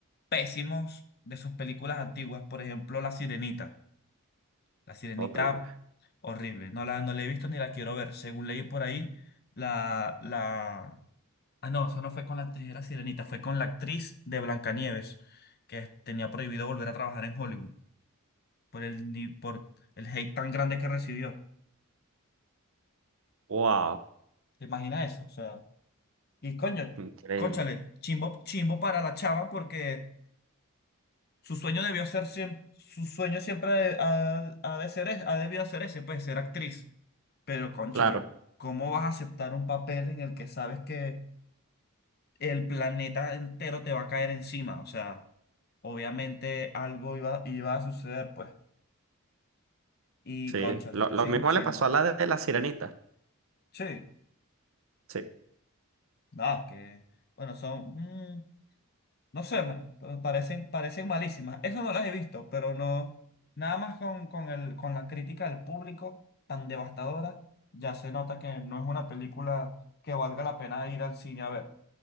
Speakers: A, on the left (about 45°); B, on the right (about 65°).
A: pésimos de sus películas antiguas, por ejemplo La Sirenita. La Sirenita,
B: Horrible.
A: horrible. No la, no la he visto ni la quiero ver. Según leí por ahí, la, la... Ah, no, eso no fue con la actriz de La Sirenita, fue con la actriz de Blancanieves, que es- tenía prohibido volver a trabajar en Hollywood por el, ni- por el hate tan grande que recibió.
B: Wow,
A: ¿Te imaginas eso? O sea, y coño,
B: increíble.
A: cónchale, chimbo, chimbo para la chava porque su sueño debió ser siempre, su sueño siempre ha, ha de ser, e- ha debido ser ese, pues, ser actriz. Pero, cónchale,
B: Claro,
A: ¿cómo vas a aceptar un papel en el que sabes que el planeta entero te va a caer encima? O sea, obviamente algo iba, iba a suceder, pues. Y,
B: sí.
A: cónchale,
B: Lo, lo
A: sí,
B: mismo
A: chimbo.
B: le pasó a la de la Sirenita.
A: Sí,
B: Sí.
A: nada, que, bueno, son, mm, no sé, man, pero parecen, parecen malísimas. Eso no las he visto, pero no, nada más con, con el, con la crítica del público tan devastadora, ya se nota que no es una película que valga la pena ir al cine a ver,